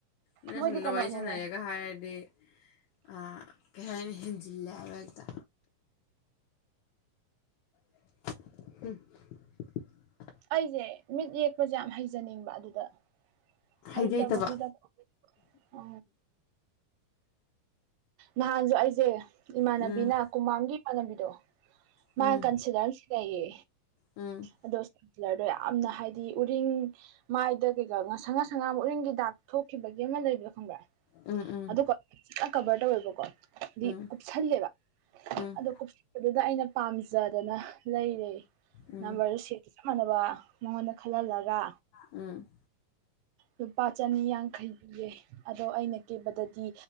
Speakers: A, on the left; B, on the right.
A: ꯃꯤ
B: ꯃꯣꯏꯗꯤ
A: ꯁꯣꯝꯗ
B: ꯀꯩꯅꯣꯅꯦꯃꯦ
A: ꯋꯥꯔꯤ ꯁꯥꯟꯅꯩꯌꯦꯒ ꯍꯥꯏꯔꯗꯤ ꯑ ꯀꯩꯍꯥꯏꯅꯤ ꯍꯦꯟꯖꯤꯟꯂꯦ ꯍꯥꯢꯕ ꯍꯦꯛꯇ <unintelligible>
B: ꯑꯩꯖꯦ ꯃꯤꯠ ꯌꯦꯛꯄꯁꯦ ꯌꯥꯝ ꯍꯩꯖꯅꯤꯡꯕ ꯑꯗꯨꯗ
A: ꯍꯩꯖꯩꯇꯕ
B: ꯍꯩꯇꯕꯖꯤꯗ <unintelligible> ꯑ ꯅꯍꯥꯟꯁꯨ ꯑꯩꯖꯦ ꯏꯃꯥꯟꯅꯕꯤꯅ
A: ꯎꯝ
B: ꯀꯨꯃꯥꯝꯒꯤ ꯏꯃꯥꯟꯅꯕꯤꯗꯣ
A: ꯎꯝ
B: ꯃꯥ ꯀꯟꯁꯤꯂꯔ ꯑꯃ ꯁꯤꯅꯩꯌꯦ
A: ꯎꯝ
B: ꯑꯗꯣ ꯀꯂꯔꯗꯣ ꯌꯥꯝꯅ ꯍꯥꯏꯗꯤ ꯎꯔꯤꯡ ꯃꯥꯏꯗ ꯀꯩꯀꯥ ꯉꯁꯪ ꯉꯁꯪ ꯉꯥꯡ ꯎꯔꯤꯡꯒꯤ ꯗꯥꯛ ꯊꯣꯛꯈꯤꯕꯒꯤ ꯑꯃ ꯂꯩꯕꯗꯣ ꯈꯪꯕ꯭ꯔ
A: ꯎꯝ ꯎꯝ
B: ꯑꯗꯣ ꯀ ꯐꯖꯟꯅ ꯀꯚꯔ ꯇꯧꯋꯦꯕꯀꯣ ꯗꯤ
A: ꯎꯝ
B: ꯀꯨꯞꯁꯤꯜꯂꯦꯕ
A: ꯎꯝ
B: ꯑꯗꯣ ꯀꯨꯞꯁꯟꯕꯗꯨꯗ ꯑꯩꯅ ꯄꯥꯝꯖꯗꯅ ꯂꯩꯔꯦ
A: ꯎꯝ
B: ꯅꯝꯕꯔꯗꯨ ꯁꯦꯞ ꯆꯞ ꯃꯥꯟꯅꯕ ꯅꯉꯣꯟꯗ ꯈꯜꯍꯜꯂꯒ
A: ꯎꯝ
B: ꯂꯨꯄꯥ ꯆꯅꯤ ꯌꯥꯡꯈꯩ ꯄꯤꯌꯦ ꯑꯗꯣ ꯑꯩꯅ ꯀꯦꯕꯗꯗꯤ